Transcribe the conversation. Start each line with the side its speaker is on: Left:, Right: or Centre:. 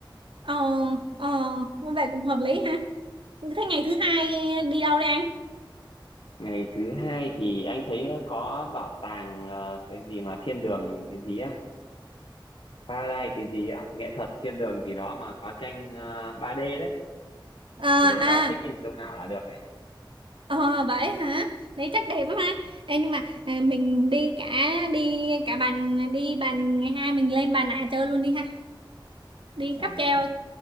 Right: ờ ờ vậy cũng hợp lý ha thế ngày thứ hai đi đâu đây anh
Left: ngày thứ hai thì anh thấy có bảo tàng ờ, cái gì mà thiên đường cái gì á Paradise cái gì á nghệ thuật thiên đường gì đó mà có tranh ờ, 3D đấy
Right: à à,
Left: thì đến đó check
Right: à
Left: in sống ảo là được đấy
Right: ờ, vậy hả đấy chắc đẹp lắm ha Ê, nhưng mà à, mình đi cả đi cả bàn đi bàn ngày hai mình lên bàn nà chơi luôn đi ha đi
Left: bà
Right: cáp
Left: nà
Right: treo